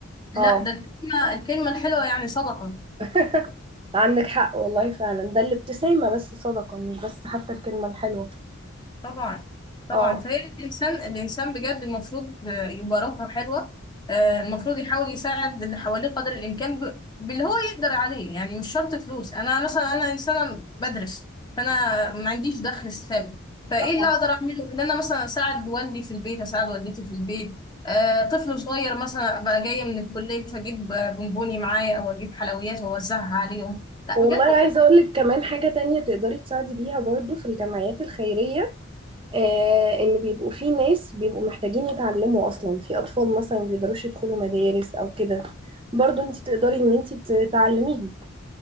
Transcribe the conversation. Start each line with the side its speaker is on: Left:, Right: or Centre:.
Left: لا
Right: اه
Left: ده الكلمة الكلمة الحلوة يعني صدقة
Right: <laughs> عندك حق والله فعلا ده الابتسامة بس صدقة مش بس حتى الكلمة الحلوة
Left: طبعا طبعا
Right: اه
Left: فهي الانسان الانسان بجد المفروض آه، يبقى روحه حلوه آه، المفروض يحاول يساعد اللي حواليه قدر الامكان ب- باللي هو يقدر عليه يعني مش شرط فلوس انا مثلا انا انسانه بدرس فانا ما عنديش دخل ثابت فايه
Right: اه
Left: اللي اقدر اعمله ان انا مثلا اساعد والدي في البيت اساعد والدتي في البيت آه، طفل صغير مثلا ابقى جايه من الكليه فاجيب آه، بونبوني معايا او اجيب حلويات واوزعها عليهم لا
Right: والله
Left: بجد
Right: عايزة اقول لك كمان حاجة تانية تقدري تساعدي بيها برضو في الجمعيات الخيرية آه، ان بيبقوا في ناس بيبقوا محتاجين يتعلموا اصلا في اطفال مثلا ما بيقدروش يدخلوا مدارس او كده برضو انت تقدري ان انت تعلميهم